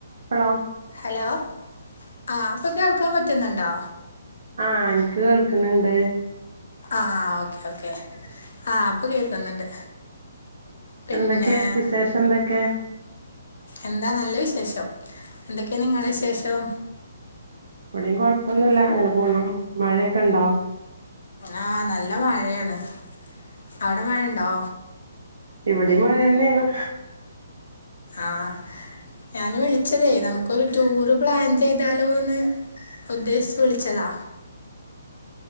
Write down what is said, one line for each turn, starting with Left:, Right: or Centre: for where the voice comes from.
Right: ഹലോ
Left: ഹലോ ആഹ് ഇപ്പൊ കേൾക്കാൻ പറ്റുന്നുണ്ടോ?
Right: ആഹ് എനിക്ക് കേൾകണ് ണ്ട്
Left: ആഹ് ഓക്കേ ഓക്കെ ആഹ് ഇപ്പ കേൾക്കുന്നുണ്ട്. പിന്നെ
Right: എന്തൊക്കെ? വിശേഷം എന്തൊക്കെ?
Left: എന്താ നല്ല വിശേഷം. എന്തൊക്കെയാ നിങ്ങളുടെ വിശേഷം?
Right: ഇവിടേം കുഴപ്പോന്നുല്ല ഇങ്ങനെ പോന്നു മഴക്കെ ഉണ്ടോ?
Left: ആഹ് നല്ല മഴയാണ് അവിടെ മഴുണ്ടോ?
Right: ഇവിടേം മഴന്നെയാണ്.
Left: ആഹ് ഞാന് വിളിച്ചതേ നമുക്കൊരു ടൂറ് പ്ലാൻ ചെയ്താലോന്ന് ഉദ്ദേശിച്ച് വിളിച്ചതാ.